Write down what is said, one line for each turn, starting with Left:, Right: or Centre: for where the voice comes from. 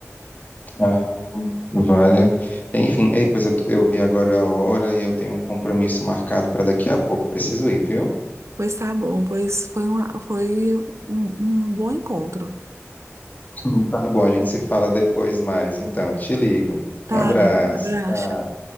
Left: Ah, vale. Enfim, ei, pois eu, tô- eu vi agora a hora e eu tenho um compromisso marcado para daqui a pouco. Preciso ir, viu?
Right: Pois tá bom, pois foi, uma, foi um, um bom encontro.
Left: <laughs> Tá bom, a gente se fala depois mais. Então, te ligo.
Right: Tá,
Left: Um abraço.
Right: graxa.
Left: Tchau.